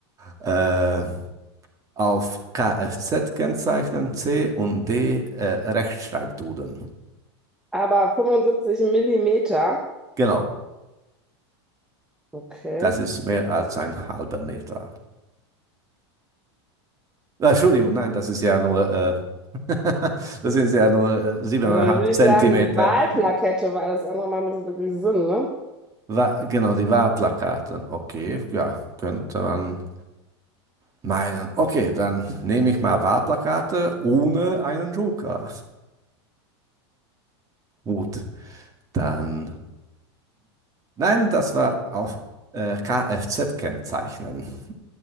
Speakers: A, on the right; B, in the centre.
A: Äh, auf Kfz-Kennzeichen C und D äh, Rechtschreibduden.
B: Aber 75 Millimeter.
A: Genau,
B: Okay.
A: das ist mehr als ein halber Meter. Äh, Entschuldigung, nein, das ist ja nur, äh, <laughs> das sind ja nur äh, siebeneinhalb
B: Ja, dann würde
A: Zentimeter.
B: ich sagen, die Wahlplakette, weil alles andere macht nicht so wirklich Sinn, ne?
A: Wa genau, die Wahlplakate. Okay, ja, könnte man meinen. Okay, dann nehme ich mal Wahlplakate ohne einen Joker. <laughs> Gut, dann. Nein, das war auf äh, Kfz-Kennzeichen.